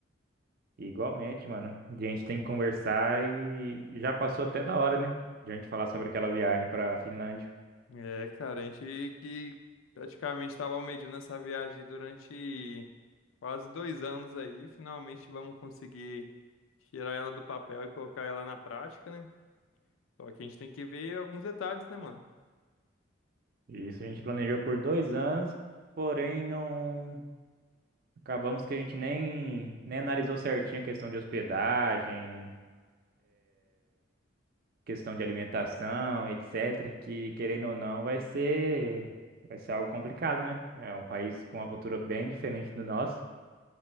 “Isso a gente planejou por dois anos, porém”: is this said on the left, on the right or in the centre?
Right